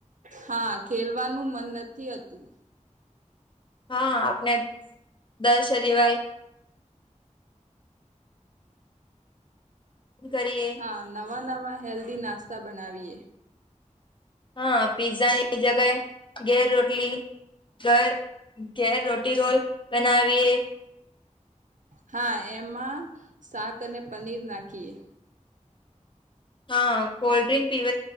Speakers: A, on the right; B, on the left.
A: હા ખેલવાનું મન નથી હતું
B: હા આપને દસ હરીવાલ કરીએ.
A: હા નવા નવા હેલ્ધી નાસ્તા બનાવીએ
B: હા પિઝ્ઝાની જગાએ ઘેર રોટલી ઘર ઘેર રોટી રોલ બનાવીએ
A: હા એમાં શાક અને પનીર નાખીએ
B: હા કોલ્ડ્રિંક પીવ